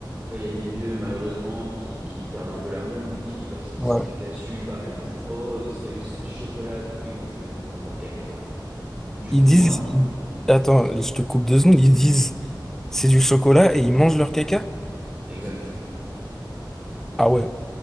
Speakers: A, on the right (about 15°); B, in the centre.
A: vois, il y a des vieux, malheureusement, qui, qui perdent un peu la boule, qui, lorsqu'ils
B: Ouais.
A: se font caca dessus, bah, ils se disent, oh, c'est, c'est du chocolat. Du coup, ils mangent, le- ils mangent leur caca, quoi. Et du
B: Ils
A: coup,
B: disent,
A: moi,
B: ils- attends, je te coupe deux secondes, ils disent c'est du chocolat et ils mangent leur caca?
A: exact.
B: Ah ouais,